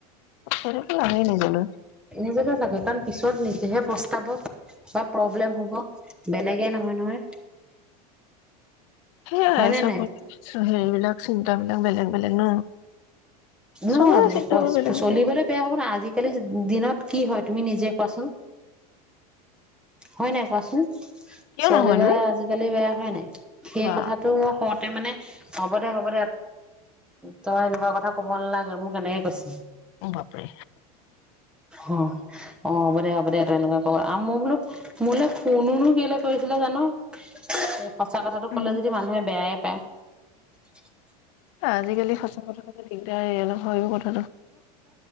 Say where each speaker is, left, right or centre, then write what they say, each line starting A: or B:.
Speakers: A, on the left; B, in the centre.
A: সেইটোতো লাগেই নিজলৈ।
B: নিজকে চাগৈ। কাৰণ, পিছত নিজেহে পস্তাব বা প্ৰব্লেম হ'ব। বেলেগে নহয় নহয়।
A: সেইয়াই
B: হয়নে
A: চব,
B: নাই
A: <unintelligible> হেৰিবলাক চিন্তাবিলাক বেলেগ বেলেগ ন?
B: নহয়।
A: চবৰে
B: <unintelligible>
A: চিন্তাবোৰ
B: পইছ,
A: বেলেগ
B: চলিবলৈ
A: বেলেগ
B: বেয়া হ'ব ন। আজি খালি, দিনত কি হয় তুমি নিজেই কোৱাচোন? হয় নাই কোৱাচোন?
A: কিয়
B: চলিবলৈ
A: নহয়নো
B: আজিকালি বেয়া। হয় নাই? সেই
A: বা
B: কথাটো মই কওঁত <unintelligible> মানে হ'ব দে, হ'ব দে, তই এনেকুৱা কথা ক'ব নালাগে, মোক এনেকে কৈছে।
A: বাপৰে।
B: অ অ', হ'ব দে। হ'ব দে। তই এনেকোৱা কোৱা আ, ম বোলো মোলে ফোনুনো কেলৈ কৰিছিলে জানো <unintelligible> সঁচা কথাটো
A: উম
B: ক'লে যদি মানুহে বেয়ায়ে <unintelligible>
A: আজিকালি সচা কথা ক'ব দিগদাৰে অলপ, হয়ও কথাটো।